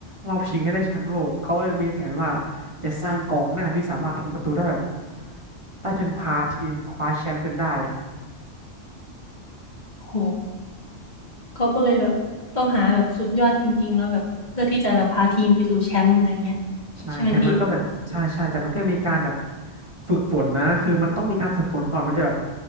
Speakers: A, on the right (about 25°); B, on the left (about 35°).
A: รอบชิงให้ได้แชมป์โลกเขาเลยมีแผนว่าจะสร้างกองหน้าที่สามารถทำประตูได้แบบได้จนพาทีมคว้าแชมป์จนได้อะ
B: โหเขาก็เลยแบบต้องหาแบบสุดยอดจริงๆเนาะแบบเพื่อที่จะแบบพาทีมไปสู่แชมป์อะไรเงี้ย
A: ใช่แต่มันก็แบบใช่ใช่แต่มันก็มีการแบบ
B: ใช่ไหมพี่
A: ฝึกฝนนะคือมันต้องมีการฝึกฝนก่อนมันจะแบบ